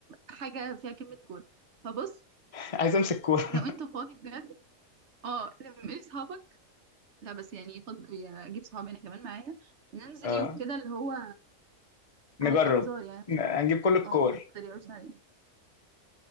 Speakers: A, on the right (about 55°); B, on the left (about 35°).
A: حاجه فيها كلمه كوره فبص
B: عايز امسك كوره
A: لو انت فاضي بجد اه لما اصحابك لا بس يعني فض... يعني اجيب صحابي انا كمان معايا ننزل
B: اه
A: يوم كده اللي هو
B: نجرب
A: هيبقى هزار يعني عشان-
B: ن- هنجيب كل الكور
A: اه ما تتريقوش عليا